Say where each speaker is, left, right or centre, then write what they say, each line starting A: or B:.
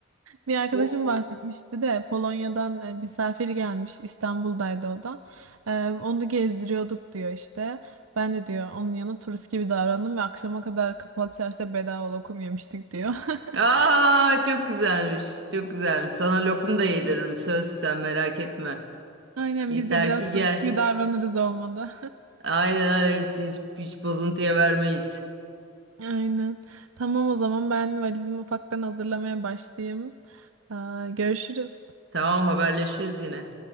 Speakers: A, on the right; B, on the right.
A: Bir arkadaşım
B: O
A: bahsetmişti de Polonya'dan e, misafir gelmiş İstanbul'daydı o da. E, onu gezdiriyorduk diyor işte. Ben de diyor onun yanı turist gibi davrandım ve akşama kadar kapalı çarşıda bedava lokum yemiştik diyor.
B: Aa
A: <laughs>
B: çok güzelmiş. Çok güzelmiş. Sana lokum da yediririm. Söz sen merak etme.
A: Aynen
B: Yeter
A: biz de biraz
B: ki gel.
A: turist gibi davranırız olmadı.
B: Aynen aynen hiç, hiç bozuntuya vermeyiz.
A: <laughs> Aynen. Tamam o zaman ben valizimi ufaktan hazırlamaya başlayayım. Aa, görüşürüz.
B: Tamam haberleşiriz yine.